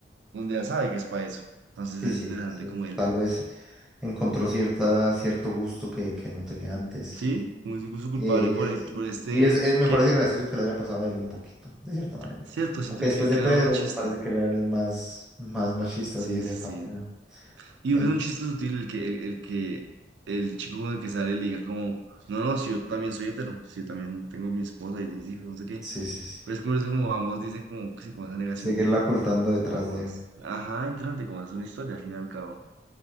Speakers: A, on the right; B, in the centre.
A: donde ya sabe que es para eso. Entonces
B: Sí,
A: es
B: sí,
A: interesante
B: sí.
A: como él,
B: Tal vez encontró cierta, cierto gusto que, que no tenía antes.
A: sí,
B: Y,
A: como es incluso culpable
B: y-
A: por, el- por este,
B: y es, eh, me
A: que,
B: parece gracioso
A: que-
B: que lo haya pasado a él un poquito, de cierta manera.
A: cierto, siento
B: Porque después
A: que, que
B: de Pedro,
A: era más machista.
B: me parece que era el más, más machista,
A: Sí,
B: así de
A: sí,
B: cierta
A: sí.
B: manera.
A: Y
B: En-
A: es un chiste sutil el que el, el que el chico con el que sale le diga como, no, no, si yo también soy hetero, si yo también tengo mi esposa y mis hijos, no sé qué.
B: sí, sí, sí.
A: Pero es curioso como ambos dicen como, sí, como esa negación
B: Seguirla
A: de
B: ocultando detrás
A: ambos.
B: de.
A: Ajá, interesante, como es una historia al fin y al cabo.